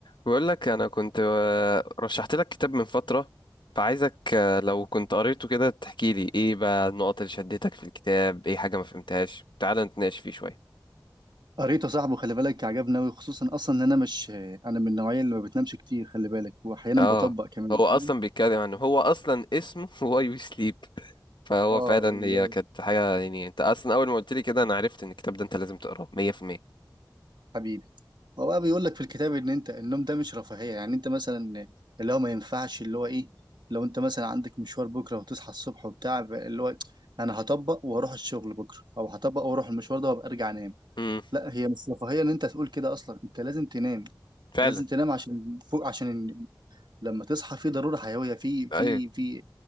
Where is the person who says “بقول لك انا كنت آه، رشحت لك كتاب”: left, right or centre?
Left